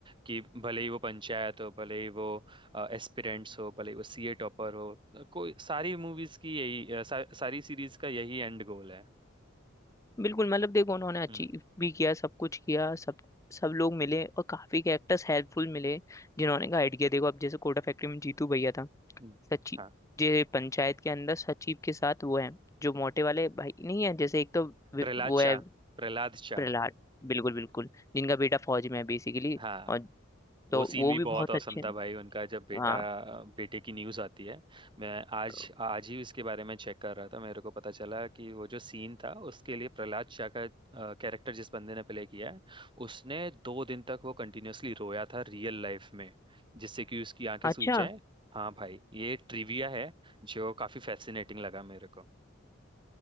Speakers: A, on the right; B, on the left.
A: कि भले ही वो पंचायत हो भले ही वो एस्पिरेंट्स हो भले ही वो सीए टॉपर हो कोई सारी मूवीज की यही अ, सा, सारी सीरीज का यही एंड गोल है
B: बिल्कुल मतलब देखो उन्होंने अचीव
A: हम्म
B: भी किया सब कुछ किया सब सब लोग मिले और काफी कैरेक्टर्स हेल्पफुल मिले जिन्होंने गाइड किया देखो अब जैसे कोटा फैक्ट्री में जीतू भैया था
A: हम्म,
B: सचिव
A: हाँ
B: जे पंचायत के अंदर सचिव के साथ वो है जो मोटे वाले भाई नहीं है जैसे एक तो वि-
A: प्रहलाद
B: वो है
A: शाह प्रहलाद शाह
B: प्रहलाद बिल्कुल बिल्कुल जिनका बेटा फौज में है बेसिकली
A: हाँ
B: और
A: वो
B: तो
A: सीन
B: वो
A: भी
B: भी
A: बहुत
B: बहुत
A: औसम
B: अच्छे हैं
A: था भाई उनका जब बेटा
B: हाँ
A: बेटे की न्यूज़ आती है मैं आज
B: तो
A: आज ही इसके बारे में चेक कर रहा था मेरे को पता चला कि वो जो सीन था उसके लिए प्रहलाद शाह का कैरेक्टर जिस बंदे ने प्ले किया है उसने दो दिन तक वो कंटिन्यूअसली रोया था रियल लाइफ में जिससे कि उसकी आंखें सूज
B: अच्छा
A: जाए हाँ भाई ये ट्रिविया है जो काफी फैसिनेटिंग लगा मेरे को